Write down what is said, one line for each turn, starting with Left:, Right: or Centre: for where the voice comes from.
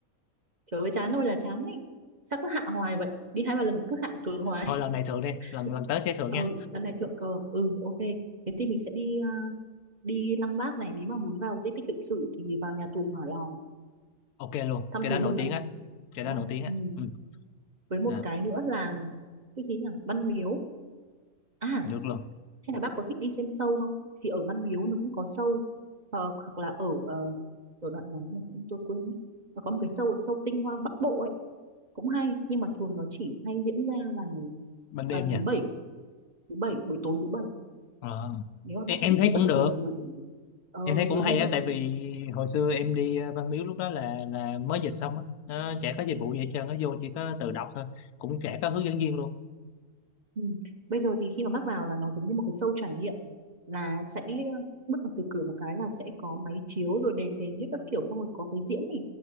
Right: trời ơi chán ơi là chán ấy sao cứ hạ hoài vậy đi hai ba lần cứ hạ cờ hoài
Left: thôi lần này thượng đi lần
Right: <laughs>
Left: lần tới sẽ thượng
Right: ờ
Left: nha
Right: lần này thượng cờ ừ ok thế thì mình sẽ đi à, đi Lăng Bác này nếu mà muốn vào di tích lịch sử thì vào nhà tù Hỏa Lò
Left: ok luôn
Right: thăm
Left: cái
Right: thú
Left: đó nổi
Right: một lần
Left: tiếng á cái
Right: đó
Left: đó nổi tiếng á
Right: ừ.
Left: ừ.
Right: với một
Left: à,
Right: cái nữa là cái gì nhỉ Văn Miếu à
Left: được luôn
Right: hay là bác có thích đi xem show không thì ở Văn Miếu nó cũng có show Ờ, hoặc là ở ờ, ở đoạn nào mà chúng tôi quên mất nó có một cái show ở show Tinh Hoa Bắc Bộ ấy cũng hay nhưng mà thường nó chỉ hay diễn ra vào
Left: ban đêm
Right: vào
Left: nha
Right: thứ bảy thứ bảy buổi tối thứ bảy
Left: Ờ.
Right: nếu mà bác
Left: em, em
Right: thích
Left: thấy
Right: thì bác
Left: cũng
Right: có
Left: được
Right: thể dướn ờ,
Left: em thấy cũng
Right: dướn
Left: hay
Right: lên ở
Left: á tại
Right: một
Left: vì
Right: ngày
Left: hồi xưa em đi ờ, Văn Miếu lúc đó là là mới dịch xong á nó chả có dịch vụ gì hết trơn nó vô chỉ có tự đọc thôi cũng chả có hướng dẫn viên luôn
Right: Ừ. Bây giờ thì khi mà bác vào là nó giống như một cái show trải nghiệm là sẽ bước vào từ cửa một cái là sẽ có máy chiếu rồi đèn đèn nhất các kiểu xong rồi có cái diễn này